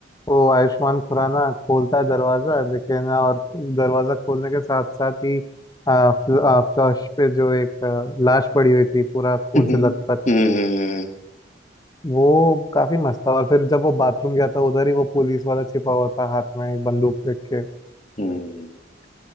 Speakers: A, on the left; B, on the left.
A: वो आयुष्मान खुराना खोलता है दरवाजा लेकिन और दरवाजा खोलने के साथ साथ ही आ, फ्ल, आ, फ्लश पे जो एक आ, लाश पड़ी हुई थी पूरा खून
B: हम्म
A: से लथपथ
B: हम्म
A: वो काफी मस्त था और फिर जब वो बाथरूम गया था उधर ही वो पुलिस वाला छिपा हुआ था हाथ में एक बंदूक रख के
B: हम्म।